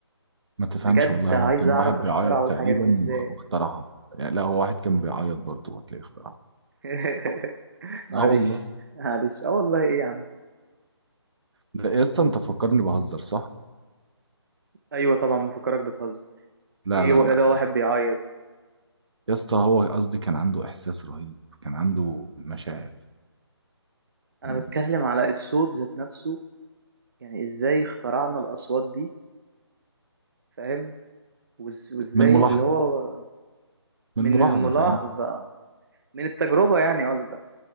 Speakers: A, on the right; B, on the right.
A: ما تفهمش
B: بجد
A: والله هو
B: عايز
A: كان
B: اعرف
A: واحد
B: اخترعوا
A: بيعيط تقريبا
B: الحاجات دي ازاي
A: و- واخترعها يعني لا هو واحد كان بيعيط برضه وتلاقيه اخترعها
B: <laughs> معلش
A: اه والله
B: معلش اه والله ايه يا عم
A: لا يا اسطى انت فكرني بهزر صح؟
B: ايوه طبعا مفكرك بتهزر
A: لا
B: ايه
A: لا
B: و-
A: لا
B: ده واحد بيعيط
A: يا اسطى هو قصدي كان عنده إحساس رهيب كان عنده مشاعر
B: انا
A: يعني
B: بتكلم على الصوت ذات نفسه يعني ازاي اخترعنا الاصوات دي فاهم وإز- وازاي
A: من الملاحظة
B: اللي هو من
A: من الملاحظة
B: الملاحظة
A: فاهم؟
B: من التجربة يعني قصدك